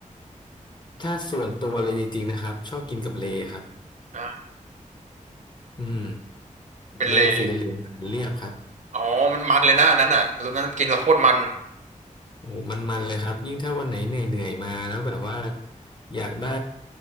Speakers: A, on the left (about 35°); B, on the right (about 65°).
A: ถ้าส่วนตัวเลยจริงๆนะครับชอบกินกับเลครับ
B: อ่า
A: อืม
B: เป็นเลย
A: เลสีเหลืองขันเรียบครับ
B: อ๋อมันมันเลยนะอันนั้นอ่ะรสนั้นกินแล้วโคตรมัน
A: โอ้โหมันๆเลยครับยิ่งถ้าวันไหนเหนื่อยๆมาแล้วแบบว่าอยากได้